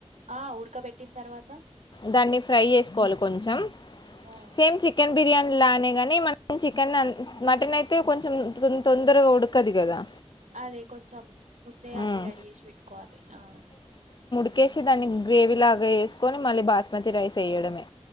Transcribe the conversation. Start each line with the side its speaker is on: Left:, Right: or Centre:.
Right: ఆ ఉడకబెట్టిన తర్వాత
Left: దాన్ని ఫ్రై చేసుకోవాలి కొంచెం
Right: ఆ
Left: సేమ్ చికెన్ బిర్యాని లానే గాని మనం చికెన్ మటన్ అయితే కొంచెం తొందరగా ఉడకదు కదా
Right: అదే కొంచెం ముందే అన్ని
Left: ఉమ్
Right: రెడీ చేసి పెట్టుకోవాలి ఆ
Left: క్కేసి దాన్ని గ్రేవీ లాగా ఎసుకొని మళ్ళీ బాస్మతి రైస్ వేయడమే